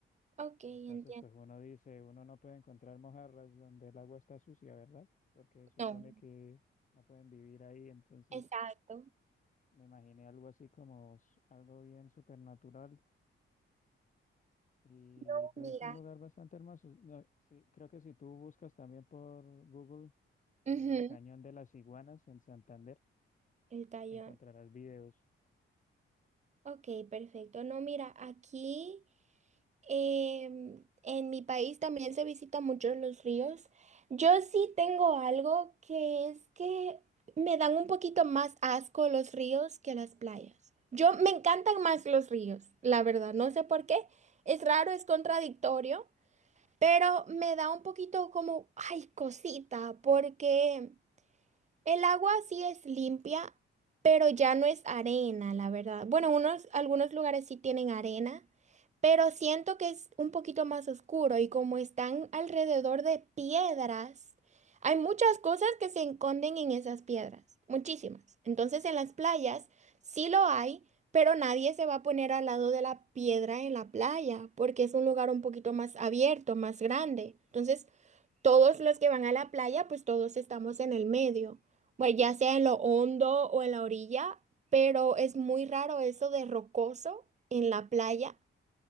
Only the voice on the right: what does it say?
ok,
entiendo.
No,
exacto.
No,
mira.
Ujú,
El tallón.
Ok, perfecto. No, mira, aquí em, en mi país también se visitan muchos los ríos. Yo sí tengo algo que es que me dan un poquito más asco los ríos que las playas. Yo me encantan más los ríos, la verdad. No sé por qué. Es raro, es contradictorio, pero me da un poquito como, ay, cosita, porque... El agua sí es limpia, pero ya no es arena, la verdad. Bueno, unos, algunos lugares sí tienen arena, pero siento que es un poquito más oscuro y como están alrededor de piedras, hay muchas cosas que se esconden en esas piedras, muchísimas. Entonces en las playas sí lo hay, pero nadie se va a poner al lado de la piedra en la playa porque es un lugar un poquito más abierto, más grande. Entonces todos los que van a la playa, pues todos estamos en el medio, pues ya sea en lo hondo o en la orilla, pero es muy raro eso de rocoso en la playa.